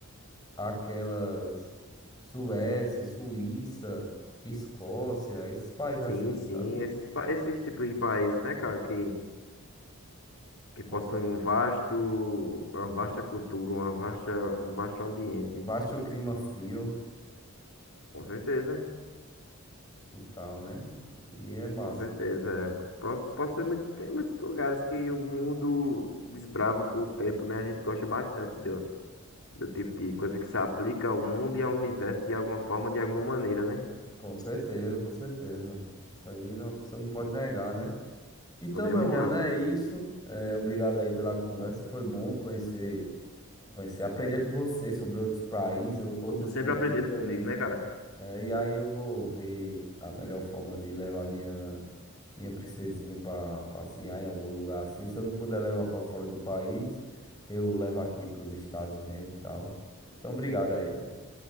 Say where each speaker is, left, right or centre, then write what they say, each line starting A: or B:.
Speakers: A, on the left; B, on the left.
A: aquelas Suécia, Suíça, Escócia, esses países
B: Sim,
A: assim,
B: sim.
A: sabe?
B: Esses, pa- esses tipos de países, né, cara, que, que possuem
A: Qua-
B: um vasto, uma vasta cultura, uma vasta, um vasto ambiente.
A: Basta o clima frio
B: Com certeza,
A: e tal, né? E é massa.
B: com certeza. É, pró- possivelmente tem muitos lugares que o mundo desbrava com o tempo, né? A gente gosta bastante do, do tipo de coisa que se aplica ao mundo e ao universo de alguma forma, de alguma maneira, né?
A: Com certeza, com certeza. Isso aí não, você não pode negar, né? Então,
B: Podemos
A: meu mano,
B: não.
A: é isso. É, obrigado aí pela conversa. Foi bom conhecer, conhecer, aprender com você sobre outros países, ou- outras
B: Como sempre
A: culturas.
B: aprendendo comigo, né, cara?
A: É, e aí eu vou ver a melhor forma de levar minha, minha princesinha para passear em algum lugar assim. Se eu não puder levar para fora do país, eu levo aqui para os estados mesmo e tal. Então, obrigado aí, mano.